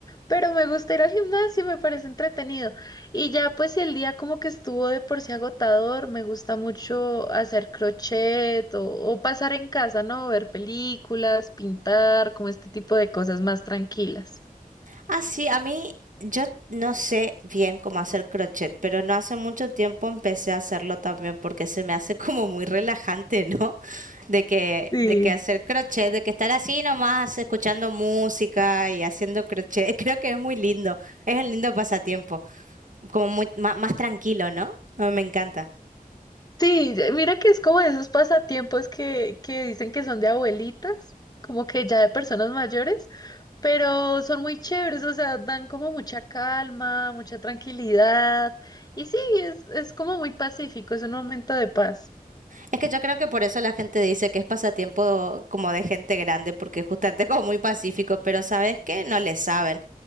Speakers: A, on the left; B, on the right.
A: pero me gusta ir al gimnasio, me parece entretenido. Y ya pues si el día como que estuvo de por sí agotador, me gusta mucho hacer crochet o, o pasar en casa, ¿no? Ver películas, pintar, como este tipo de cosas más tranquilas.
B: Ah, sí, a mí yo no sé bien cómo hacer crochet, pero no hace mucho tiempo empecé a hacerlo también porque se me hace <laughs> como muy relajante, ¿no? De que,
A: Sí.
B: de que hacer crochet, de que estar así nomás escuchando música y haciendo crochet, <laughs> creo que es muy lindo, es un lindo pasatiempo, como muy ma- más, tranquilo, ¿no? Ah, Me encanta.
A: Sí, eh, mira que es como de esos pasatiempos que, que dicen que son de abuelitas, como que ya de personas mayores, pero son muy chéveres, o sea, dan como mucha calma, mucha tranquilidad. Y sí, es, es como muy pacífico, es un momento de paz.
B: Es que yo creo que por eso la gente dice que es pasatiempo como de gente grande, porque justamente es como muy pacífico, pero ¿sabes qué? No le saben.